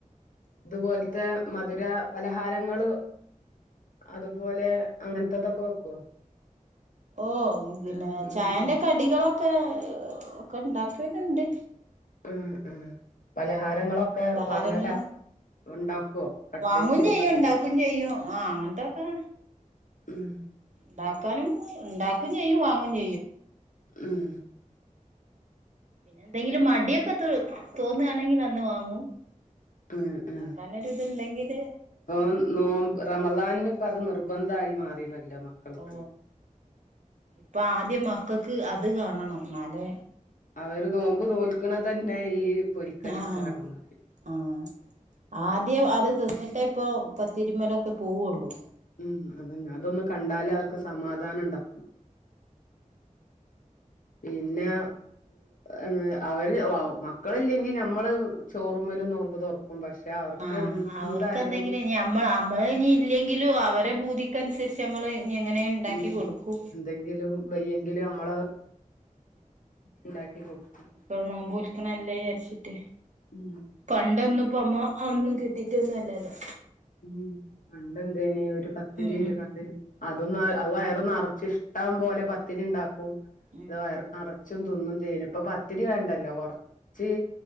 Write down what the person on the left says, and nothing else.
ഇത്പോലത്തെ മധുര പലഹാരങ്ങള് അത്പോലെ അങ്ങനത്തതൊക്കെ വെക്കൊ
ഉം
ഉം ഉം പലഹാരങ്ങളൊക്കെ
വാങ്ങല. ഉണ്ടാക്കൊ? കട്ലറ്റ്,
സമൂസ.....
ഉം....
ഉം.
ആം ഉം.
അപ്പൊ നോ റമളാനിന് ഇപ്പ അത് നിർബന്ധമായി മാറിയിണല്ലോ മക്കൾക്ക്.
അവര് നോമ്പ് തോൽക്കണ തന്നെ ഈ പൊരിക്കടിക്കാണ്.
ഉം അതന്നെ. അതൊന്ന് കണ്ടാലേ അവർക്ക് സമാധാനം ഉണ്ടാവു. പിന്നെ അഹ് അവര് മക്കള്ല്ലെങ്കി നമ്മള്..... ചോറുമ്മലും നോമ്പ് തുറക്കും. പക്ഷെ അവർക്ക്
എന്തായാലും.....
ഉം
എന്തെങ്കിലും വയ്യെങ്കിലും നമ്മള് ഉണ്ടാക്കികൊടുക്കും.
ഉം
ഉം പണ്ടെന്തേനി. ഒരു പത്തിതി
ഒരു ക റി. അതൊന്നും അഹ് വയറ് നിറച്ച് ഇഷ്ടം പോലെ പത്തിരിണ്ടാക്കും.
അത് വയ.... നറച്ചും തിന്നും ചെയ്യേനി. ഇപ്പൊ പത്തിരി വേണ്ടല്ലോ. കൊർച്ച്